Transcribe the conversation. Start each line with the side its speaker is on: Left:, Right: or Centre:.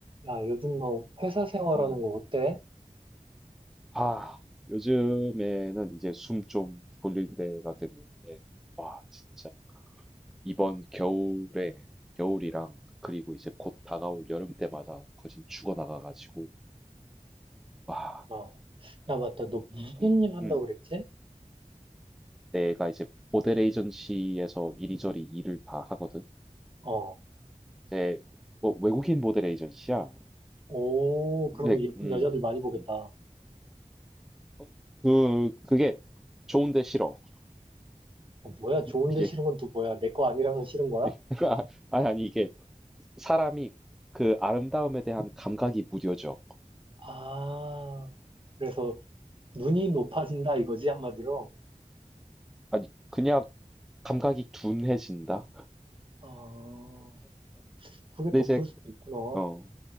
Right: 야, 요즘 너 회사 생활하는
Centre: 음.
Right: 거 어때?
Centre: 아, 요즘에는 이제 숨 좀 돌릴 때가 됐는데, 와, 진짜 이번 겨울에 겨울이랑 그리고 이제 곧 다가올 여름 때마다 거진 죽어나가가지고, 와,
Right: 어. 야, 맞다. 너 무슨
Centre: 음,
Right: 일 한다고
Centre: 음.
Right: 그랬지?
Centre: 내가 이제 모델 에이전시에서 이리저리 일을 다 하거든.
Right: 어.
Centre: 이제 뭐 외국인 모델 에이전시야.
Right: 오, 그럼
Centre: 근데
Right: 예쁜
Centre: 음,
Right: 여자들 많이 보겠다.
Centre: 음. 어, 그 그게 좋은데 싫어.
Right: 어, 뭐야? 좋은데
Centre: 이게
Right: 싫은 건 또 뭐야? 내 거 아니라서 싫은 거야?
Centre: <laughs> 아니 아니 이게 사람이 그 아름다움에 대한 감각이 무뎌져.
Right: 아, 그래서 눈이 높아진다 이거지, 한마디로?
Centre: 아니, 그냥 감각이 둔해진다.
Right: 어, 그게
Centre: 근데
Right: 또
Centre: 이제,
Right: 그럴 수도 있구나.
Centre: 어,